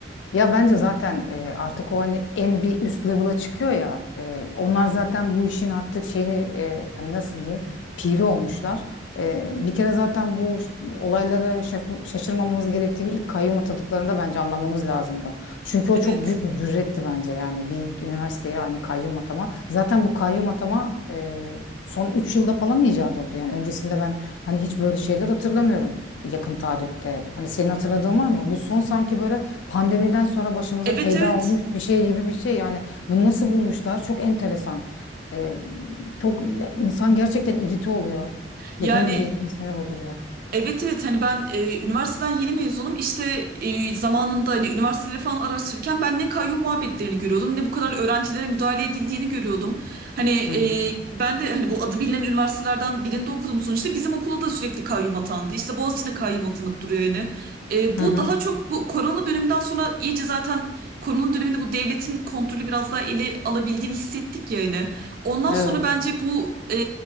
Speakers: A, on the left; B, on the right.
A: Ya bence zaten e, artık o hani en bir üst level'a çıkıyor ya. e, onlar zaten bu işin artık şeyini e, hani nasıl diyeyim piri olmuşlar. E, bir kere zaten bu ş- olaylara şaş- şaşırmamamız gerektiğini ilk kayyum atadıklarında bence anlamamız lazımdı. Çünkü o
B: Evet.
A: çok büyük bir cüretti bence yani bir üniversiteye hani kayyum atama. Zaten bu kayyum atama e, son 3 yılda falan icat oldu. Yani öncesinde ben hani hiç böyle şeyler hatırlamıyorum yakın tarihte. Hani senin hatırladığın var mı? Bu son sanki böyle Pandemiden sonra başımıza
B: Evet
A: peyda
B: evet.
A: olmuş bir şey gibi bir şey yani bunu nasıl bulmuşlar çok enteresan. Ee, çok ya insan gerçekten irite oluyor.
B: Yani
A: Dediğin gibi insan siniri bozuluyor.
B: Evet evet hani ben e, üniversiteden yeni mezunum işte e, zamanında hani üniversiteleri falan araştırırken ben ne kayyum muhabbetlerini görüyordum ne bu kadar öğrencilere müdahale edildiğini görüyordum. Hani e,
A: Hı hı.
B: ben de hani bu adı bilinen üniversitelerden birinde okudum sonuçta bizim okula da sürekli kayyum atandı işte Boğaziçi'ne kayyum atanıp duruyor yani. E,
A: Hı
B: bu
A: hı.
B: daha çok bu korona döneminden sonra iyice zaten korona döneminde bu devletin kontrolü biraz daha ele alabildiğini hissettik yani. Ondan
A: Evet.
B: sonra bence bu e,